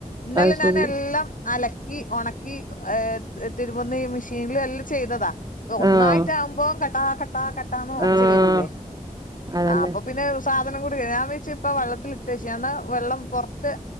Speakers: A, on the left; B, on the right.
A: ഇന്നലെ
B: അത് ശരി
A: ഞാൻ എല്ലാം അലക്കി ഒണക്കി തിരുമ്പുന്ന ഈ മെഷീനൽ എല്ലാം ചെയ്തതാ അ ഒന്നായിട്ട
B: ആഹ്
A: ആകുമ്പോം കട്ടാ കട്ടാ കടാന്ന് ഒച്ച
B: ആഹ്
A: വരൂലേ
B: അതന്നെ
A: ആ അപ്പൊ പിന്നെ- സാധനം കൊടുക്ക ഞാൻ വച്ച ഇപ്പ വെള്ളത്തിട്ട് വെച്ചു എന്നാൽ വെള്ളം പെറത്ത്